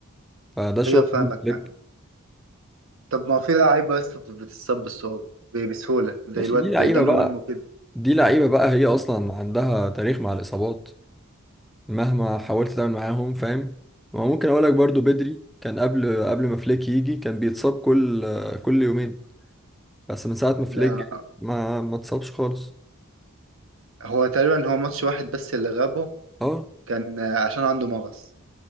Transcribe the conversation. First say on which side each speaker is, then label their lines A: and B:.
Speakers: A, in the centre; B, on the right.
A: فده شغل
B: ايوه فاهمك
A: هانز فليك
B: فاهمك طب ما هو في لعيبه بس بتتصاب بالصعوبة ب- بسهوله زي
A: ماشي
B: الواد
A: دي لعيبة
B: داني
A: بقى
B: اولمو كده
A: دي لعيبة بقى هي أصلا عندها تاريخ مع الإصابات مهما حاولت تعمل معاهم فاهم وممكن اقول لك برضو بدري كان قبل قبل ما فليك يجي كان بيتصاب كل كل يومين بس من ساعة ما فليك
B: لا
A: جه ما ما اتصابش خالص
B: هو تقريبا هو ماتش واحد بس اللي غابه
A: اه
B: كان آه، عشان عنده مغص